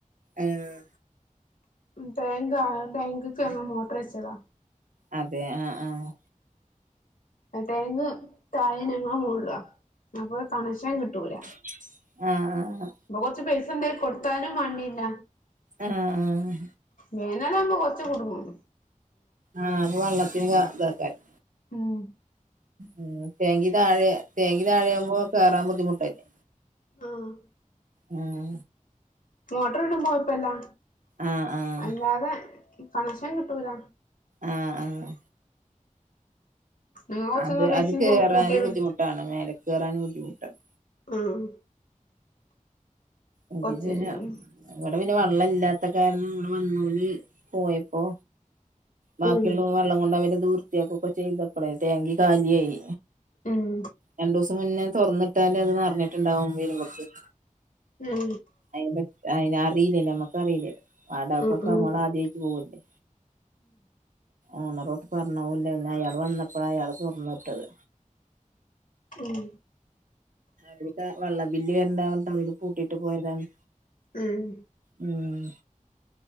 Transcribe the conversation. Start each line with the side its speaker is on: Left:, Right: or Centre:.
Right: ആഹ്
Left: ടാങ്ക ടാങ്ക്ക്ക് ഞങ്ങൾ മോട്ടർ വച്ചതാ
Right: അതെ ആഹ് ആഹ്
Left: അ ടേങ്ക് തായേം ഞങ്ങൾ മോൾലാ അപ്പൊ കണക്ഷൻ കിട്ടൂല
Right: ആഹ് ആഹ് ആഹ്
Left: ഇപ്പൊ കൊറച്ച പൈസണ്ടേ കൊടുത്താലും മാണ്ടില്ല
Right: ആഹ് ആഹ്
Left: വേനലാവുമ്പൊ കൊറച്ച് കുടുങ്ങും
Right: ആഹ് അപ്പൊ വെള്ളത്തിന് ഇതാ ഇതേക്കാരം
Left: ഉം
Right: ഉം ടേങ്കി താഴെ ടേങ്കി താഴെയാകുമ്പോ കേറാൻ ബുദ്ധിമുട്ടല്ലേ
Left: ആഹ്
Right: ഉം
Left: മോട്ടർ ഇട്മ്പോ കോയപ്പുല്ലാ
Right: ആഹ് ആഹ്
Left: അല്ലാതെ കണക്ഷൻ കിട്ടൂല
Right: ആഹ് ആഹ്
Left: ഞങ്ങൾ കൊറച്ചെന്നാ
Right: അത്
Left: പൈസയും
Right: അത് കേറാന്
Left: കൊ കൂട്ടിയത്
Right: ബുദ്ധിമുട്ടാണ് മേലെക്കേറാന് ബുദ്ധിമുട്ടാണ്
Left: ഉം
Right: ക്കി
Left: കൊറച്ച്
Right: പിന്നെ
Left: ഉം
Right: ഇവിടെ പിന്നെ വെള്ളം ഇല്ലാത്ത കാരണം ഇവിടെ വന്നോല് പോയപ്പോ ബാക്കിയുള്ള
Left: ഉം
Right: വെള്ളം കൊണ്ട് അവര് ഇത് വൃത്തിയാക്കൊക്കെ ചെയ്തപ്പോളേ ടേങ്കി കാലിയായി
Left: ഉം
Right: രണ്ടുസം മുന്നേ തൊർന്നിട്ടാല് അത് നിറഞ്ഞിട്ടുണ്ടാവും വരുമ്പോത്തിന്
Left: ഉം
Right: അത് അയിനറീല്ലല്ലോ നമ്മക്ക് അറീല്ലല്ലോ വാടകക്കൊക്കെ
Left: ഉം ഉം
Right: നമ്മളാദ്യയിട്ട് പോവല്ലേ ഓണറോടെ പറഞ്ഞൂല്ല ന്നെ അയാൾ വന്നപ്പോളാ അയാള് തുറന്ന വിട്ടത്
Left: ഉം
Right: വ്ടത്തെ വള്ള ബില്ലി വരണ്ടാർഞ്ഞിട്ട് അവര് പൂട്ടിട്ട് പോയതാണ്
Left: ഉം
Right: ഉം